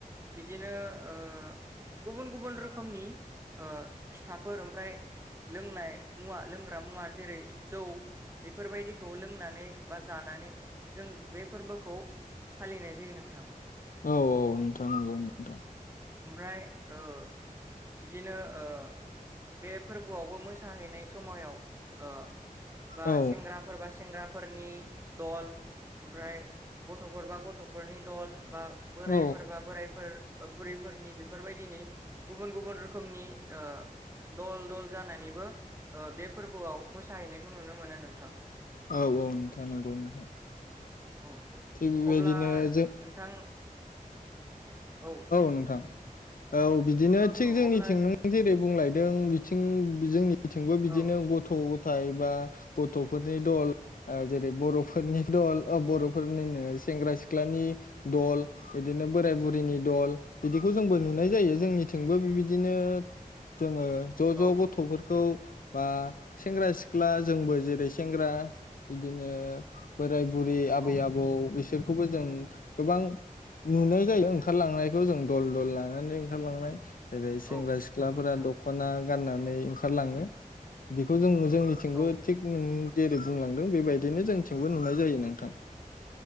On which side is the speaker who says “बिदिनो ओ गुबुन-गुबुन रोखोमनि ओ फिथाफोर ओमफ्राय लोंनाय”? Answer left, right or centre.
Right